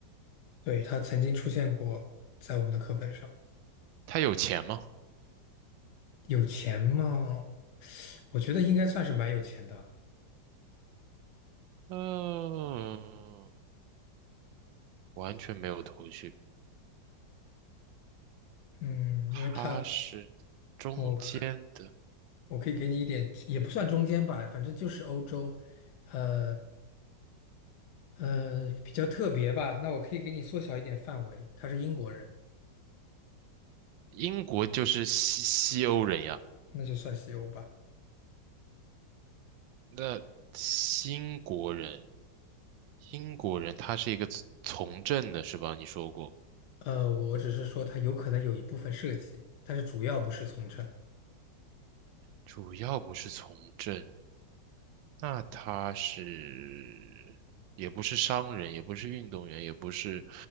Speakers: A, on the left; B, on the right.
A: 对，他曾经出现过在我们的课本上。
B: 它有钱吗？
A: 有钱吗？我觉得应该算是蛮有钱的。
B: 嗯、完全没有头绪。
A: 嗯，
B: 它是中间的，
A: 因为他，我可我可以给你一点，也不算中间吧，反正就是欧洲，呃呃，比较特别吧。那我可以给你缩小一点范围，他是英国人，
B: 英国就是西西欧人呀。
A: 那就算西欧吧。
B: 那新国人，英国人他是一个从从政的，是吧？你说过，
A: 呃，我只是说他有可能有一部分涉及，但是主要不是从政。
B: 主要不是从政。那他是也不是商人，也不是运动员，也不是